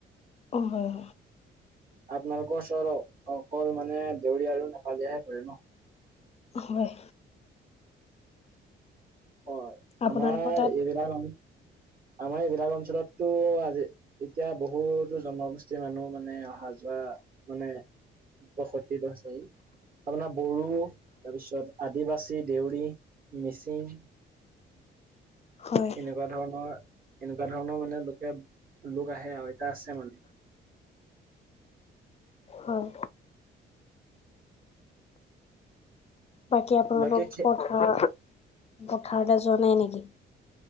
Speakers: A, on the left (about 30°); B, on the right (about 45°).
A: অ', হয়।
B: আপোনালোকৰ ওচৰত অকল মানে দেউৰী আৰু নেপালীয়েহে কৰে ন?
A: হয়।
B: অ',
A: আপোনালোকৰ
B: আমাৰ
A: তাত
B: এইবিলাক অ' আমাৰ এইবিলাক অঞ্চলততো আজি এতিয়া বহুতো জনগোষ্ঠীৰ মানুহ মানে অহা যোৱা মানে বসতি বাছে। আপোনাৰ বড়ো তাৰপিছত আদিবাসী, দেউৰী মিচিং,
A: হয়
B: এনেকুৱা ধৰণৰ এনেকুৱা ধৰণৰ মানে লোকে লোক আহে আৰু এতিয়া আছে মানে।
A: হয়। বাকী আপোনালোক
B: বাকী
A: পথাৰ-পথাৰতে যোৱা নাই নেকি?